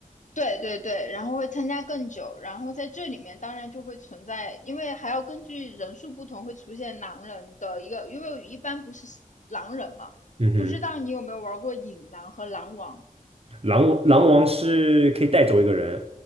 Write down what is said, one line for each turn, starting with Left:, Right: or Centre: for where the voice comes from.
Left: 对对对，然后会参加更久，然后在这里面当然就会存在，因为还要根据人数不同会出现狼人的一个，因为一般不是狼人嘛，
Right: 嗯哼，
Left: 不知道你有没有玩过引狼和狼王？
Right: 狼狼王是可以带走一个人，